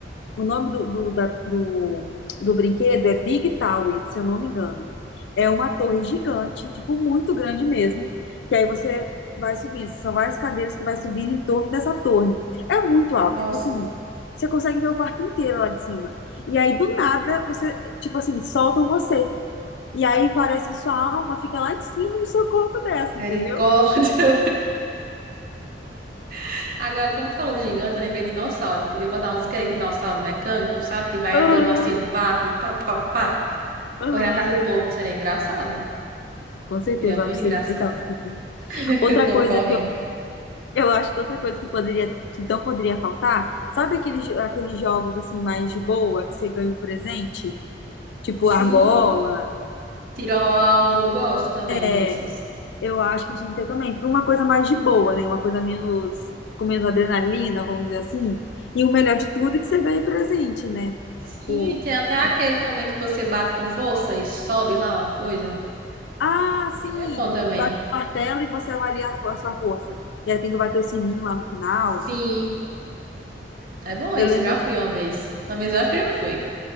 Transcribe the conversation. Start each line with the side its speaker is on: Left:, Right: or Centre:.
Left: O nome do, do, da- do, do brinquedo é Big Tower, se eu não me engano. É uma torre gigante, tipo, muito grande mesmo. Que aí você vai subindo. São várias cadeiras que vai subindo em torno dessa torre. É muito alto,
Right: Nossa,
Left: tipo assim. Você consegue ver o parque inteiro lá de cima. E aí, do nada, você, tipo assim, soltam você. E aí parece que sua alma fica lá de cima e o seu corpo desce,
Right: misericórdia.
Left: entendeu?
Right: <laughs> Agora, como falou de gigante, eu lembrei de dinossauro. Podia botar uns esqueletos de dinossauro mecânico, sabe? Que vai
Left: Aham,
Right: andando assim no parque, pá, pá, pá,
Left: aham.
Right: correndo atrás do povo. Seria engraçado.
Left: Com certeza,
Right: Seria muito
Left: eu acho que
Right: engraçado.
Left: seria legal.
Right: <laughs>
Left: Outra
Right: O povo
Left: coisa
Right: correndo.
Left: Eu acho que outra coisa que poderia, que não poderia faltar, sabe aqueles, aqueles jogos assim mais de boa que você ganha um presente, tipo
Right: Sim,
Left: argola?
Right: tiro ao alvo. eu Gosto também
Left: É,
Right: desses.
Left: eu acho que tinha que ter também, para uma coisa mais de boa, né? Uma coisa menos com menos adrenalina, vamos dizer assim. E o melhor de tudo é que você ganha presente, né?
Right: Sim,
Left: Tipo,
Right: tem até aquele
Left: a-
Right: também que você bate com força e sobe lá, ó, coisa.
Left: ah, sim,
Right: Ele é bom
Left: que
Right: também.
Left: que bate o martelo e você avalia a, fo- a sua força. E aí tem que bater o sininho lá no final.
Right: Sim, é bom
Left: Eu
Right: esse.
Left: lembro
Right: Eu já fui uma vez. Mas eu acho que eu já fui.